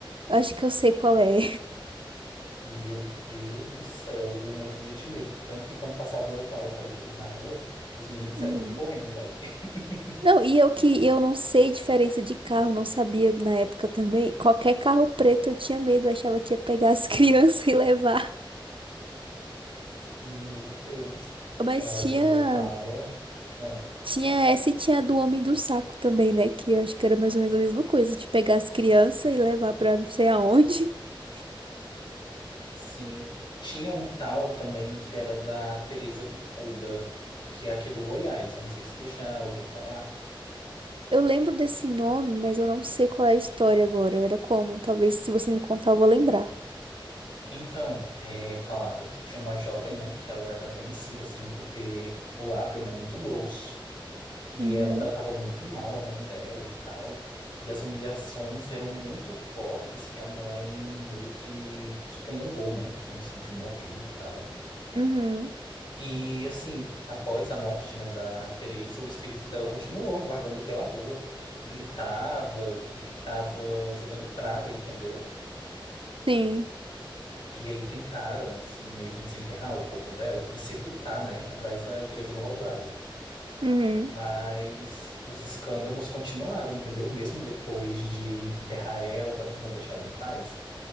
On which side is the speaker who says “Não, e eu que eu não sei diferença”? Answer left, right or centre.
Right